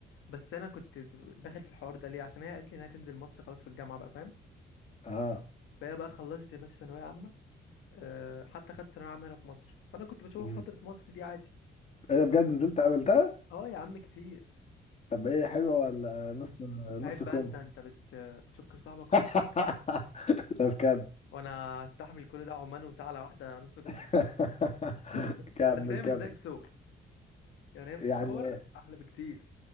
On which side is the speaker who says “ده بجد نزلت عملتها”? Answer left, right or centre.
Left